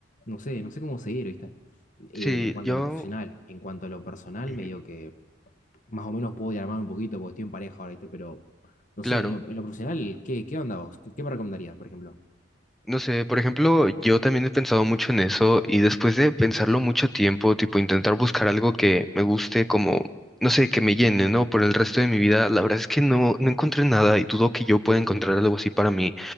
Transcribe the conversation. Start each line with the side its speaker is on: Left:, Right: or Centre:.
Left: no sé, no sé cómo seguir, ¿viste? Eh,
Centre: sí,
Left: en cuanto
Centre: yo,
Left: a lo profesional, en cuanto a lo personal,
Centre: ujú,
Left: medio que más o menos puedo diagramar un poquito porque estoy en pareja ahora, ¿viste? Pero no
Centre: claro,
Left: sé, en lo, en lo profesional, ¿qué, qué onda vos? ¿Qué, qué me recomendarías, por ejemplo?
Centre: No sé, por ejemplo, yo también he pensado mucho en eso y después de pensarlo mucho tiempo, tipo intentar buscar algo que me guste como, no sé, que me llene, ¿no? Por el resto de mi vida, la verdad es que no, no encontré nada y dudo que yo pueda encontrar algo así para mí.